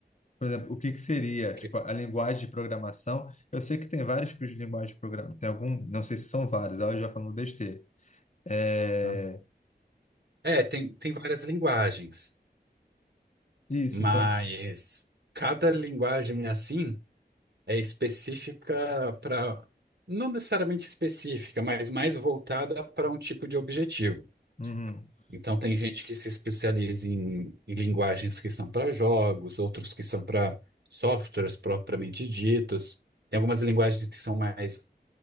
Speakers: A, on the left; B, on the right.
A: por exemplo, o que que seria,
B: Que-
A: tipo, a linguagem de programação. Eu sei que tem vários tipos de linguagem de programação, tem algum, não sei se são vários, aí eu já falando besteira. É,
B: hã? É, tem, tem várias linguagens,
A: isso,
B: mas
A: então.
B: cada linguagem é assim. é específica para, não necessariamente específica, mas mais voltada para um tipo de objetivo.
A: uhum,
B: Então, tem gente que se especializa em, em linguagens que são para jogos, outros que são para softwares propriamente ditos. Tem algumas linguagens que são mais,